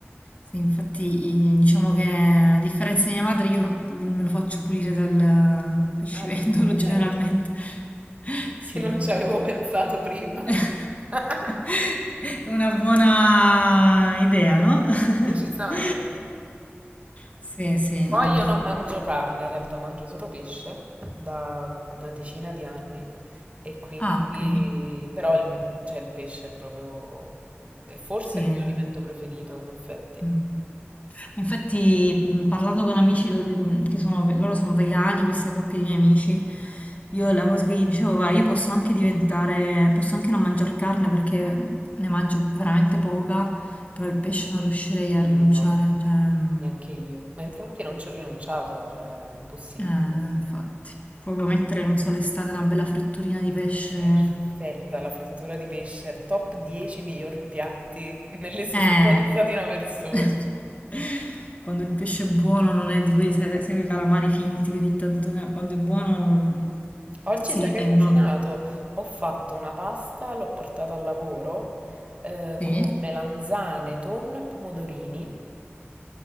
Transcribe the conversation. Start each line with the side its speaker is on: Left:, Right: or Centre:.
Left: sì, infatti eh, diciamo che a differenza di mia madre io me lo faccio pulire dal pescivendolo
Right: Ah, ha
Left: <laughs> generalmente,
Right: senso.
Left: sì,
Right: Che non ci avevo
Left: anche perché
Right: pensato prima.
Left: <laughs>
Right: <laughs>
Left: è una buona idea, no?
Right: Decisamente.
Left: <laughs> Sì, sì,
Right: Poi
Left: no.
Right: io non mangio carne, in realtà mangio solo pesce da una decina di anni e quindi
Left: Ah, ok,
Right: però il, cioè, il pesce è proprio è forse
Left: sì.
Right: il mio alimento preferito in effetti.
Left: Mm. Infatti, mh, parlando con amici lo- mh, che sono, ve- loro sono vegani, questa coppia di miei amici, io la cosa che gli dicevo, guarda, io posso anche diventare, posso anche non mangiare carne perché mh, ne mangio veramente poca, però il pesce non riuscirei
Right: Quindi
Left: a rinunciare.
Right: no,
Left: Cioè, mh,
Right: neanche io. Ma infatti non ci ho rinunciato, cioè è impossibile.
Left: eh, infatti, proprio mettere, non so, l'estate una bella fritturina di pesce.
Right: Perfetta, la frittura di pesce, top 10 miglior piatti nell'esistenza
Left: Eh.
Right: di una persona.
Left: <laughs> Quando il pesce è buono non è di quelli, sai, sai quei calamari finti che ogni tanto... eh, Quando è buono...
Right: Oggi
Left: Sì,
Right: sai che
Left: è
Right: ho cucinato?
Left: uno...
Right: Ho fatto una pasta, l'ho portata al lavoro eh,
Left: Sì?
Right: con melanzane, tonno e pomodorini.